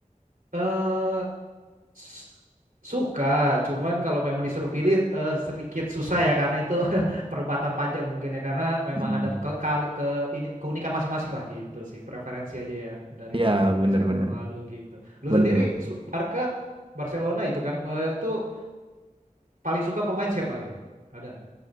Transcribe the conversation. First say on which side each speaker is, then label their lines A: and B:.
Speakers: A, on the right (about 85°); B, on the right (about 40°).
A: Eh S- Suka, cuman kalau memang disuruh pilih eh, sedikit susah ya karena itu <laughs> perdebatan panjang mungkin ya karena memang
B: Hmm.
A: ada ke, kali- ke ini keunikan masing-masing lah gitu sih preferensi aja ya dari
B: Ya
A: Messi
B: bener-bener.
A: atau Ronaldo gitu. Lu
B: Bener,
A: sendiri
B: bener. Bang.
A: su- Barca Barcelona itu kan eh, itu paling suka pemain siapa gitu? Ada nggak?